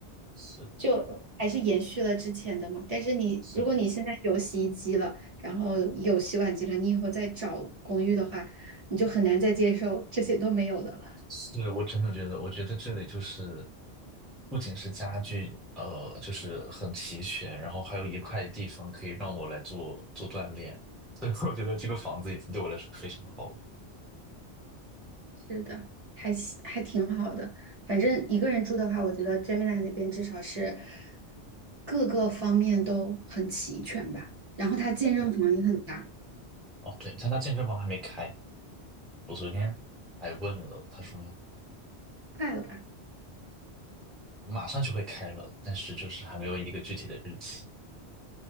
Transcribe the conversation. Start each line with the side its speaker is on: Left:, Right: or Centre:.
Centre: 是
Right: 就还是延续了之前的嘛。但是你，
Centre: 是
Right: 如果你现在有洗衣机了，然后有洗碗机了，你以后再找公寓的话，你就很难再接受这些都没有的了。
Centre: 是，我真的觉得，我觉得这里就是不仅是家具，呃，就是很齐全，然后还有一块地方可以让我来做做锻炼，<laughs> 所以我觉得这个房子已经对我来说非常好了。
Right: 是的，还行还挺好的。反正一个人住的话，我觉得 Gemini 那边至少是各个方面都很齐全吧。然后它健身房也很大，
Centre: <laughs> 是。哦，对，但他健身房还没开。我昨天还问了，他说
Right: 快了吧？
Centre: 马上就会开了，但是就是还没有一个具体的日期。